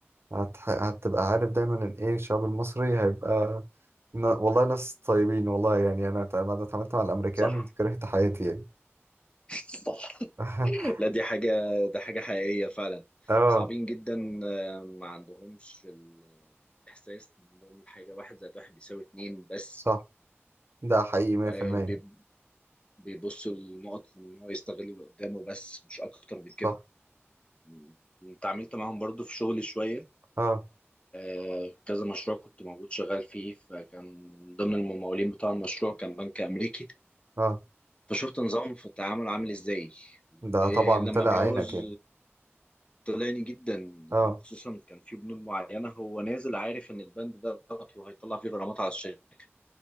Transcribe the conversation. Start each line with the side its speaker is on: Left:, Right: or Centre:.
Right: هت... هتبقى عارف دايما ان ايه الشعب المصري هيبقى ن... والله ناس طيبين والله يعني انا ت- أنا اتعاملت مع الامريكان
Left: صح
Right: كرهت حياتي يعني
Left: <laughs> صح
Right: <laughs>
Left: لا دي حاجة ده حاجة حقيقية فعلا
Right: اه
Left: صعبين جدا آه، ما عندهمش الإحساس إن عندهم حاجة واحد زائد واحد بيساوي اتنين بس
Right: صح ده حقيقي 100%
Left: آه، بي- بيبصوا لنقط إن هو يستغل اللي قدامه بس مش أكتر من
Right: صح
Left: كده م- اتعاملت معاهم برضو في شغلي شوية
Right: اه
Left: آه، كذا مشروع كنت موجود شغال فيه فكان من ضمن الممولين بتاع المشروع كان بنك أمريكي
Right: اه
Left: فشفت نظامهم في التعامل عامل إزاي
Right: ده
Left: ولما
Right: طبعا طلع
Left: بيعوز
Right: عينك يعني
Left: طلعني جدا
Right: اه
Left: خصوصا كان في بنود معينة هو نازل عارف إن البند ده غلط وهيطلع فيه غرامات على الشركة